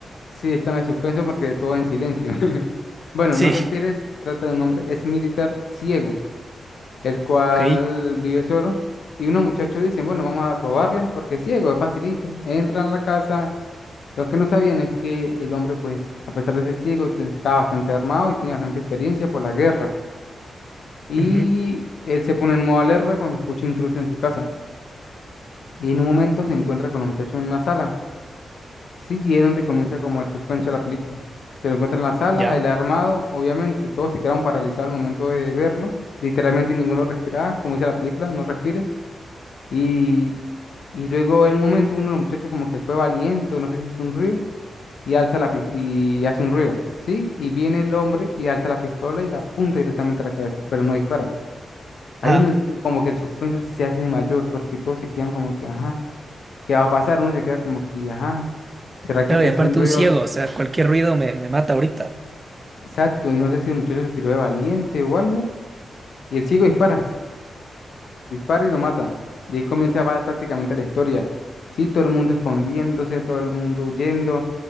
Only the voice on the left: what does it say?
sí, está en suspenso porque todo en silencio. <laughs> Bueno,
no respires, trata de un hombre, es militar ciego el cual
vive solo. Y unos muchachos dicen, bueno, vamos a robarles porque es ciego, es facilito. Entran a la casa. Lo que no sabían es que el hombre, pues, a pesar de ser ciego, te- estaba bastante armado y tiene bastante experiencia por la guerra. Y
él se pone en modo alerta cuando escucha intruso en su casa. Y en un momento se encuentra con los muchachos en una sala. Sí, y es donde comienza como el suspenso de la película. Se lo encuentra en la sala,
él armado, obviamente, todos se quedaron paralizados al momento de verlo. Literalmente ninguno respiraba, como dice la película, no respires. Y, y luego en un momento uno de los muchachos como que fue valiente, o no sé si hizo un ruido, y alza la pis- y hace un ruido, ¿sí? Y viene el hombre y alza la pistola y la apunta directamente a la cabeza, pero no dispara. Ahí
es donde tú- como que el suspenso se hace mayor, porque todos se quedan como que, ajá, ¿qué va a pasar? Uno se queda como que, ajá, ¿será que
se
hace
un ruido?
Exacto, y no sé si el muchacho se tiró de valiente o algo, y el chico dispara. dispara y lo mata. Y ahí comienza va- prácticamente la historia. Sí, todo el mundo escondiéndose, todo el mundo huyendo,